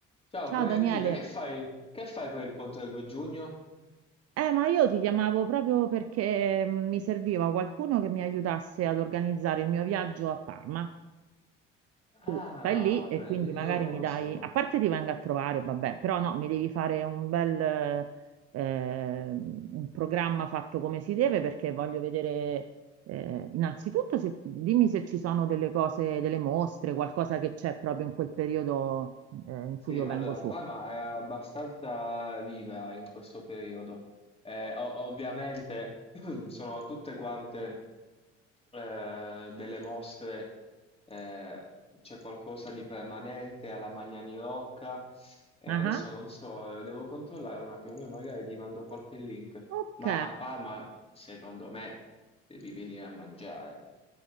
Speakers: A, on the left (about 15°); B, on the right (about 45°).
A: Ciao
B: Ciao
A: Clementina,
B: Daniele,
A: che fai? Che fai per il ponte del 2 giugno?
B: eh, ma io ti chiamavo proprio perché mm, mi serviva qualcuno che mi aiutasse ad organizzare il mio viaggio a Parma.
A: Ah,
B: Tu stai lì e
A: meraviglioso.
B: quindi magari mi dai, a parte ti vengo a trovare, vabbè, però no, mi devi fare un bel eh, ehm, un programma fatto come si deve perché voglio vedere eh, innanzitutto se- dimmi se ci sono delle cose, delle mostre, qualcosa che c'è proprio in quel periodo eh, in
A: Sì,
B: cui io
A: allora
B: vengo su.
A: Parma è abbastanza viva in questo periodo. Eh, o- ovviamente <clears throat> sono tutte quante eh, delle mostre, eh, c'è qualcosa di permanente alla Magnani Rocca. Eh,
B: Ah,
A: adesso
B: ah.
A: non so, devo controllare un attimo, poi magari ti mando qualche link.
B: Ok,
A: Ma a Parma, secondo me, devi venire a mangiare.